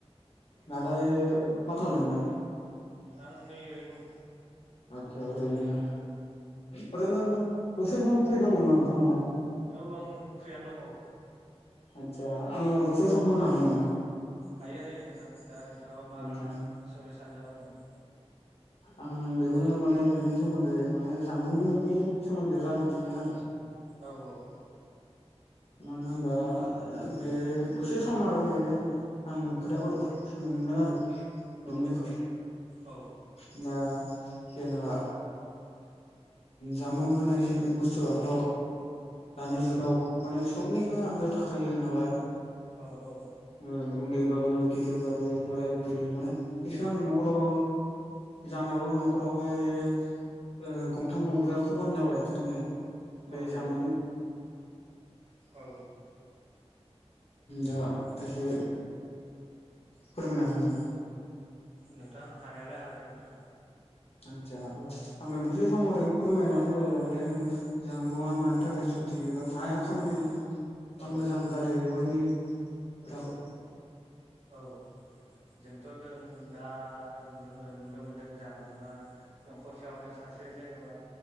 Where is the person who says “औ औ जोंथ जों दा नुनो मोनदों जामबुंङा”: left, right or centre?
Right